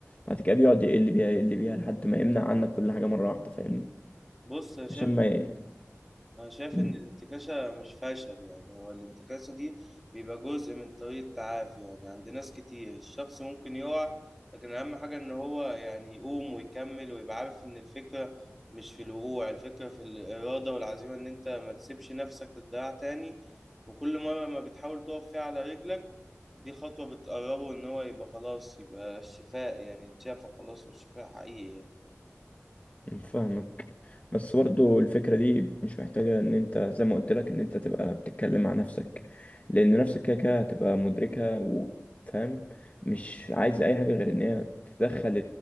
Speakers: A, on the left (about 30°); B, in the centre.
A: بعد كده بيقعد يقل بيها يقل بيها لحد ما يمنع عنك كل حاجة مرة واحدة فاهمني
B: بص انا شايف
A: عشان ما
B: انا شايف
A: ي...
B: ان الانتكاسة مش فشل يعني هو الانتكاسة دي بيبقى جزء من طريق التعافي يعني عند ناس كتير الشخص ممكن يقع لكن اهم حاجة ان هو يعني يقوم ويكمل ويبقى عارف ان الفكرة مش في الوقوع الفكرة في الإرادة والعزيمة ان انت ما تسيبش نفسك تضيع تاني وكل مرة ما بتحاول تقف فيها على رجلك دي خطوة بتقربه إن هو يبقى خلاص يبقى الشفاء يعني اتشافى خلاص والشفاء حقيقي يعني
A: فاهمك بس برضو الفكرة دي مش محتاجة ان انت زي ما قلت لك ان انت تبقى بتتكلم مع نفسك لان نفسك كده كده هتبقى مدركة وفاهم مش عايزة اي حاجة غير ان هي تدخل